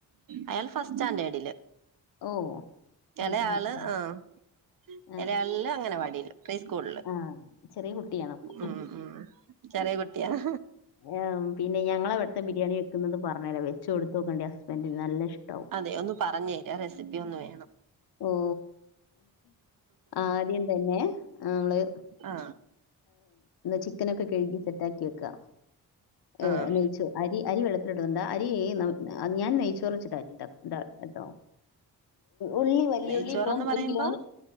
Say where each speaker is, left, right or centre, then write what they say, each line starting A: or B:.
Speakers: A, on the right; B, on the left.
A: അയാള് ഫസ്റ്റ് സ്റ്റാഡേഡില്
B: ഓ
A: എലേയാള്
B: ഉം ഉം ഉം
A: ആഹ്
B: ആ
A: ഇലേയാളില് അങ്ങനവാടിലും പ്രീ സ്കൂളില്
B: ആ ചെറിയ കുട്ടിയാണ് അപ്പൊ
A: ഉം ഉം ചെറിയ കുട്ടികളാ
B: ആ പിന്നെ ഞങ്ങള അവിടുത്തെ ബിരിയാണി വെക്കുന്നത് പറഞ്ഞേ വെച്ച് കൊടുത്തു നോക്കണ്ടേ ഹസ്ബൻഡിന് നല്ല ഇഷ്ടാവും
A: അതെ ഒന്ന് പറഞ്ഞേരെ റെസിപ്പി ഒന്ന് വേണം
B: ഓ ആദ്യം തന്നെ അമ്മള്
A: ആഹ്
B: ചിക്കനൊക്കെ കഴുകി സെറ്റാക്കി വെക്കാ ഏ
A: ആഹ്
B: നീച്ചു അരി അരി വെള്ളത്തിലടണ്ട അരി ഞാൻ നീച്ചു <unintelligible> കേട്ടോ ഉള്ളി വല്യുള്ളി
A: നെയ്ച്ചോറന്ന്
B: ഇപ്പം
A: പറയുമ്പോ
B: ഒരു കിലോന്